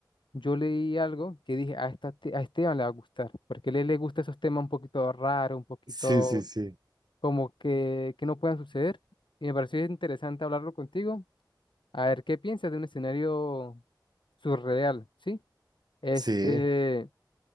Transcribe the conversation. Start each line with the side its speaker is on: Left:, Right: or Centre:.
Left: yo leí algo que dije, a, esta, te- a Esteban le va a gustar, porque a él le gusta esos temas un poquito raros, un poquito
Right: Sí, sí, sí,
Left: como que, que no puedan suceder, y me pareció interesante hablarlo contigo, a ver qué piensas de un escenario surreal, ¿sí? Este,
Right: sí,